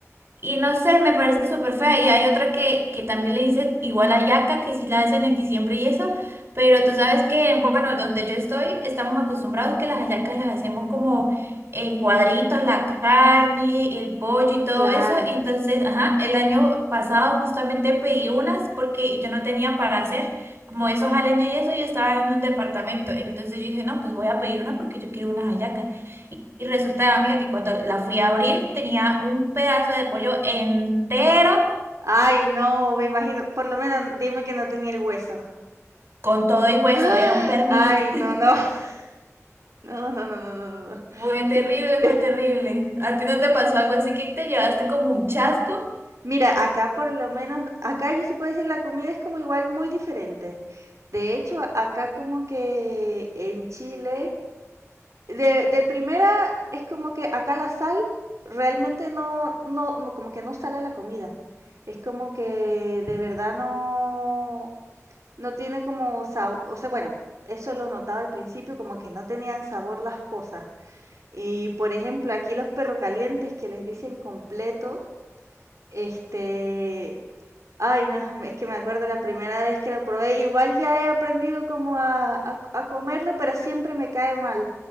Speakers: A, on the right; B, on the right.
A: y no sé, me parece súper fea. Y hay otra que, que también le dicen igual a yaca, que sí la hacen en diciembre y eso, pero tú sabes que, bueno, donde yo estoy, estamos acostumbrados que las hallacas las hacemos como en cuadritos, la carne, el pollo y todo
B: Claro.
A: eso. Entonces, ajá, el año pasado justamente pedí unas porque yo no tenía para hacer. Como esos a leña y eso, yo estaba en un departamento. Entonces yo dije, no, pues voy a pedir una porque yo quiero unas hallacas. Y resulta, amiga, que cuando la fui a abrir tenía un pedazo de pollo entero
B: Ay, no, me imagino. Por lo menos dime que no tenía el hueso.
A: con todo y hueso,
B: ¡Ah!
A: era un pernil.
B: Ay, no,
A: <laughs>
B: no. <laughs> No, no, no, no, no, no, no.
A: Fue
B: Qué
A: terrible,
B: horrible.
A: fue terrible. ¿A ti no te pasó algo así que te llevaste como un chasco?
B: Mira, acá por lo menos, acá yo sí puedo decir la comida es como igual muy diferente. De hecho, a- acá como que en Chile, de, de primera es como que acá la sal realmente no, no, no, como que no sala la comida. Es como que de verdad no. No tiene como sabor o sea, bueno, eso lo notaba al principio, como que no tenían sabor las cosas. Y, por ejemplo, aquí los perro calientes que les dicen completos, este, ay, no, <laughs> es que me acuerdo la primera vez que lo probé, igual ya he aprendido como a a a comerlo, pero siempre me cae mal.